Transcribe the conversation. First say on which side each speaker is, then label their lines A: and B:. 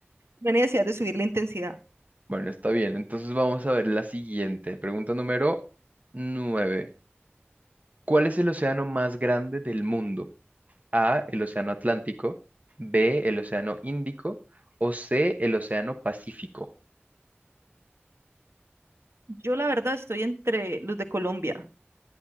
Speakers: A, on the right; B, on the right.
A: no hay necesidad de subir la intensidad.
B: Bueno, está bien. Entonces vamos a ver la siguiente. Pregunta número 9. ¿Cuál es el océano más grande del mundo? A, el océano Atlántico, B, el océano Índico o C, el océano Pacífico.
A: Yo la verdad estoy entre los de Colombia,